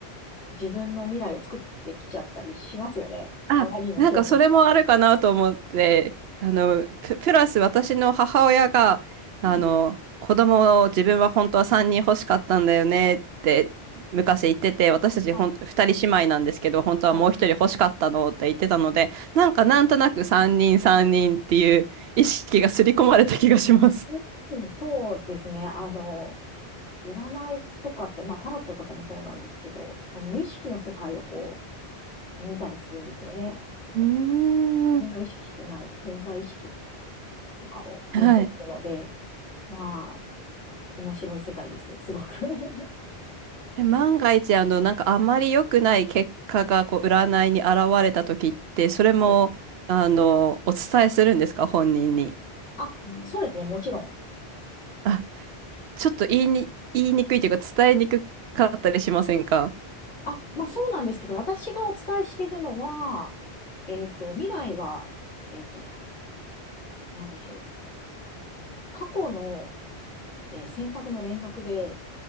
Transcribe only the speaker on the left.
自分の未来を作ってきちゃったりしますよね。
あまりにも強烈だと。
うん。
はい。
はい。
うんうんそうですね。あの、占いとかって、まあタロットとかもそうなんですけど、その無意識の世界をこう見たりするんですよね。
自分が意識してない潜在意識とかを見ていくので、
まあ、面白い世界です。すごく <laughs>
はい。
<laughs> あ、うんそうですね。もちろん。
あ、まあそうなんですけど、私がお伝えしているのは、えっと、未来は、えっと、なんでしょう。過去の、えー選択の連続で、